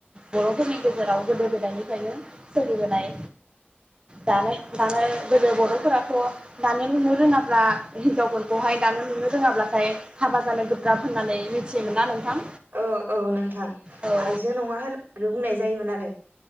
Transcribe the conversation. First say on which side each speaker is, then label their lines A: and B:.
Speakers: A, on the right; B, on the right.
A: बर'फोरनि गेजेराव गोदो गोदायनिफ्रायनो सोलिबोनाय दानाय - दानो गोदो बर'फोरा थ' दानो लुनो रोंङाब्ला हिनजावफोरखौहाय दानो लुनो रोंङाब्लाथाय हाबा जानो गोब्राब होननानै मिथियोमोन ना नोंथां?
B: औ - औ नोंथां
A: औ
B: आइजो नङा होननानैबो बुंनाय जायोमोन आरो